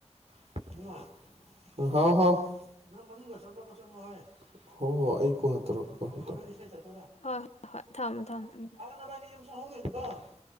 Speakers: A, on the right (about 65°); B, on the left (about 70°).
A: <unintelligible> ꯍꯥꯎ ꯍꯥꯎ꯫ <unintelligible>
B: ꯍꯣꯏ ꯍꯣꯏ ꯍꯣꯏ ꯊꯝꯃꯃꯦ ꯊꯝꯃꯃꯦ ꯎꯝ
A: <unintelligible>